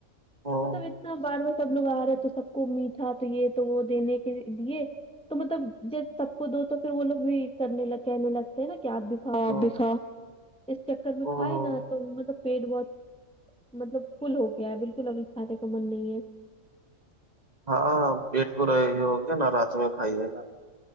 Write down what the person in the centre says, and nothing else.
مطلب اتنا بار سب لوگ آ رہے تو سب کو میٹھا تو یہ تو وہ دینے کے دیے تو مطلب ج سب کو دو تو پھر وہ لوگ بھی کرنے لگے منت کہ آپ بھی کھاؤ آپ
بھی کھاؤ اس چکر میں
کھائی نا تو مطلب پیٹ بہت مطلب فل ہو گیا بالکل ابھی کھانے کا من نہیں ہے